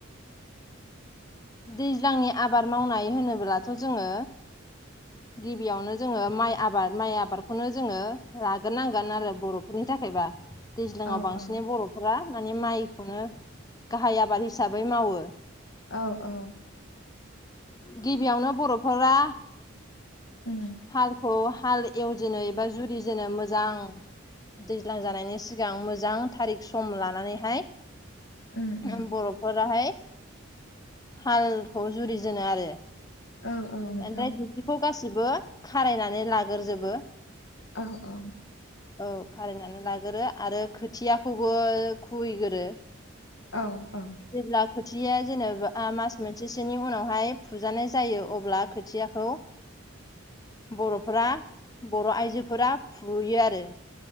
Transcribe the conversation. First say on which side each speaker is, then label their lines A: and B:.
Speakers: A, on the left; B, on the left.
A: दैज्लांनि आबार मावनाय होनोब्लाथ' जोङो गिबियावनो जोङो माइ आबाद माइ आबादखौनो जोङो लाग्रोनांगोन आरो बर'फोरनि थाखायबा दैज्लाङाव
B: औ
A: बांसिनै
B: औ
A: बर'फोरा माने माइखौनो गाहाइ आबाद हिसाबै मावो
B: औ औ।
A: गिबियावनो बर'फोरा
B: उम
A: हालखौ हाल एवजेनो एबा जुरिजेनो मोजां दैज्लां जानायनि सिगां मोजां थारिख सम लानानैहाय
B: उम
A: <unintelligible>
B: उम
A: बर'फोराहाय हालखौ जुरिजेनो आरो।
B: औ औ नोंथां
A: ओमफ्राय दुब्लिखौ गासिबो खारायनानै लाग्रोजोबो।
B: औ औ।
A: औ खाराइनानै लागोरो आरो खोथियाखौबो खुबैगोरो।
B: औ औ। औ
A: जेब्ला खोथियाया जेनेबा मास मोनसेसोनि उनावहाय फुजानाय जायो अब्ला खोथिया खौ बर'फोरा बर' आइजोफोरा फुयो आरो।